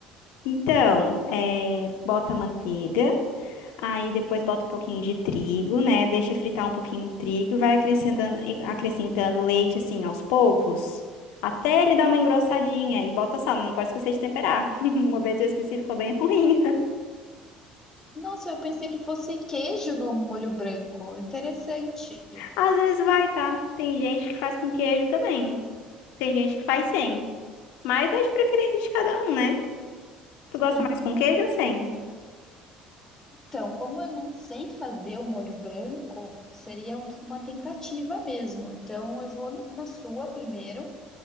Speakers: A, on the left (about 85°); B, on the left (about 20°).
A: Então, é, bota a manteiga, aí depois bota um pouquinho de trigo, né? Deixa fritar um pouquinho o trigo e vai acrescentando, e acrescentando leite assim aos poucos, até ele dar uma engrossadinha e bota sal. Não pode esquecer de temperar. <laughs> Uma vez eu esqueci, ficou bem <laughs> ruim.
B: Nossa, eu pensei que fosse queijo no molho branco. Interessante.
A: Às vezes vai, tá? Tem gente que faz com queijo também. Tem gente que faz sem. Mas é de preferência de cada um, né? Tu gosta
B: Sim.
A: mais com queijo ou sem?
B: Então, como eu não sei fazer o molho branco, seria um- uma tentativa mesmo. Então, eu vou no- na sua primeiro.